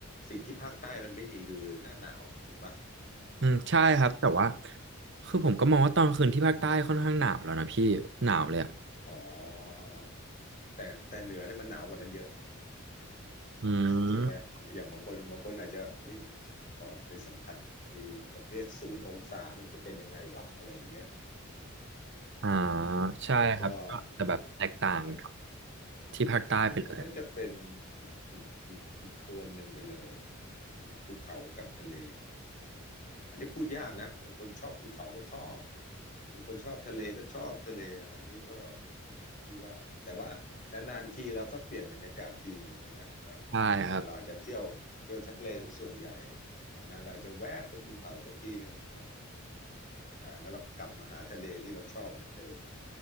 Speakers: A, on the left (about 40°); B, on the right (about 60°).
A: สิ่งที่ภาคใต้มันไม่มีคือหน้าหนาวถูกปะ
B: อืมใช่ครับแต่ว่าคือผมก็มองว่าตอนคืนที่ภาคใต้ค่อนข้างหนาวแล้วนะพี่หนาวเลยอ่ะ
A: อ๋ออ๋ออ๋อแต่แต่เหนือเนี่ยมันหนาวกว่านั้นเยอะไง
B: อืม
A: ใช่ไหมอย่างบางคนบางคนอาจจะเฮ้ยฉันขอไปสัมผัสไอ้ประเภทศูนย์องศามันจะเป็นยังไงวะอะไรอย่างเงี้ยอืม
B: อ่าใช่ครับก็จะแบบแตกต่างกับ
A: แล้วก็มันมันมัน
B: ที่ภาคใต้ไปเลย
A: อืมมันก็จะเป็นอีกอีกอีกอีกโทนหนึ่งไปเลยอ่ะนะภูเขากับทะเล อันนี้พูดยากนะบางคนชอบภูเขาก็ชอบบางคนชอบทะเลก็ชอบทะเลอันนี้ก็ที่ว่าแต่ว่านานๆทีเราก็เปลี่ยนบรรยากาศทีหนึ่งใช่ไหมว่า
B: ใช่ครับ
A: อ่าเราอาจจะเที่ยวเที่ยวทะเลซะส่วนใหญ่นานๆเราจะแวบไปภูเขาสักทีหนึ่งอะไรนะแล้วเราก็กลับมาหาทะเลที่เราชอบเหมือนเดิม